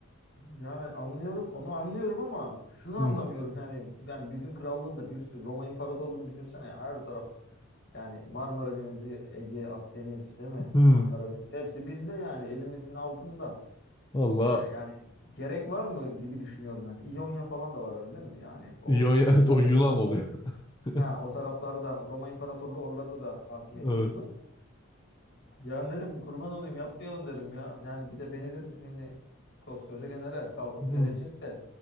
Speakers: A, on the left; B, on the left.
A: Yani anlıyorum onu anlıyorum ama şunu anlamıyorum
B: Hı
A: yani yani bizim krallığın da bir sürü Roma İmparatorluğu'nu düşünsene her taraf Yani Marmara Denizi, Ege, Akdeniz değil mi?
B: hı.
A: Aa, Karadeniz hepsi bizde yani elimizin altında.
B: Valla
A: Ee, yani gerek var mı gibi düşünüyorum yani. İonya falan da var değil mi? Yani o
B: Yunan-
A: İtalya
B: <laughs> evet o Yunan
A: tarafları.
B: oluyor. <laughs>
A: Ha o taraflarda Roma İmparatorluğu oralarda da hakimiyet
B: Evet.
A: kurdu. Yani derim kurban olayım yapmayalım derim ya. Yani bir de beni derim yani koskoca general kalkıp
B: Hı.
A: gelecek de